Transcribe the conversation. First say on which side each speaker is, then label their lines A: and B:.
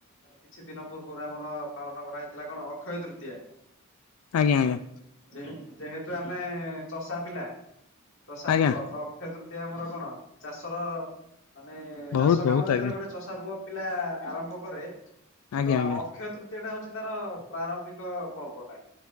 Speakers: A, on the left; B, on the left.
A: କିଛି ଦିନ ପୂର୍ବରୁ ଆମର ପାଳନ କରାହେଇଥିଲା କଣ ଅକ୍ଷୟ ତୃତୀୟା।
B: ଆଜ୍ଞା ଆଜ୍ଞା।
A: ଯେ ଯେହେତୁ ଆମେ ଚଷା ପିଲା ଚଷା
B: ଆଜ୍ଞା
A: ପୁଅ ତ ଅକ୍ଷତୃ ଏ ଆମର କଣ ଚାଷର ମାନେ
B: ବହୁତ
A: ଚାଷ
B: ବହୁତ
A: କାମ ଯେତେବେଳେ
B: ଆଜ୍ଞା
A: ଗୋଟେ ଚଷା ପୁଅ ପିଲା ଆରମ୍ଭ କରେ ତ
B: ଆଜ୍ଞା ଆଜ୍ଞା
A: ଅକ୍ଷୟ ତୃ ତିଟା ହଉଚି ତାର ପ୍ରାରମ୍ଭିକ ପର୍ବଟା।